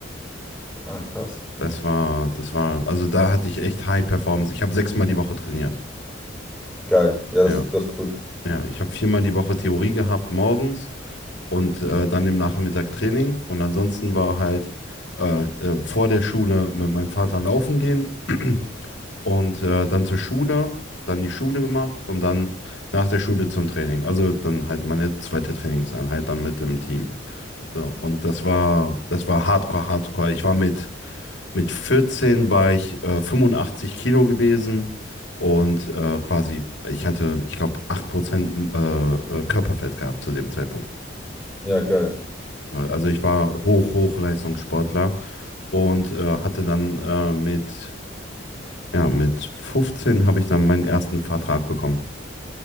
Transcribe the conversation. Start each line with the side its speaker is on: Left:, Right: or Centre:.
Centre: Ah, krass.
Left: Das war, das war, also da hatte ich echt High Performance. Ich habe sechsmal die Woche trainiert.
Centre: Geil. Ja, das,
Left: Ja,
Centre: das ist cool.
Left: ja. Ich habe viermal die Woche Theorie gehabt morgens und äh, dann im Nachmittag Training. Und ansonsten war halt äh, äh, vor der Schule mit meinem Vater laufen gehen. <clears throat> und äh, dann zur Schule, dann die Schule gemacht und dann nach der Schule zum Training. Also dann halt meine zweite Trainingseinheit dann mit dem Team. So, und das war, das war Hardcore, Hardcore. Ich war mit, mit 14 war ich äh, 85 Kilo gewesen und äh, quasi, ich hatte, ich glaube, 8% äh, äh, Körperfett gehabt zu dem Zeitpunkt.
Centre: Ja, geil.
Left: Äh, Also ich war hoch, Hochleistungssportler und äh, hatte dann äh, mit, ja, mit 15 habe ich dann meinen ersten Vertrag bekommen.